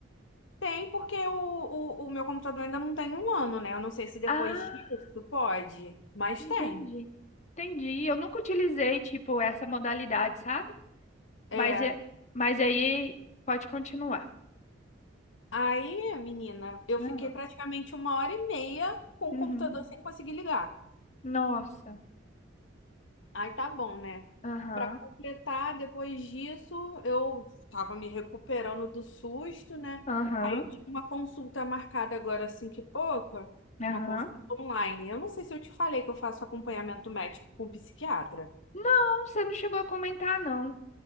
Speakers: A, on the left; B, on the left.
A: tem, porque o, o, o meu computador ainda não tem um ano, né? Eu não sei se depois
B: Ah,
A: disso pode, mas
B: entendi.
A: tem.
B: Entendi. Eu nunca utilizei, tipo, essa modalidade, sabe?
A: É.
B: Mas, é, mas aí pode continuar.
A: Aí, menina, eu
B: Ah.
A: fiquei praticamente uma hora e meia com
B: Uhum.
A: o computador sem conseguir ligar.
B: Nossa.
A: Aí tá bom, né?
B: Aham,
A: Pra completar, depois disso, eu tava me recuperando do susto, né?
B: aham,
A: Aí eu tinha uma consulta marcada agora assim que pouca,
B: aham.
A: uma consulta online. Eu não sei se eu te falei que eu faço acompanhamento médico com psiquiatra.
B: Não, você não chegou a comentar, não.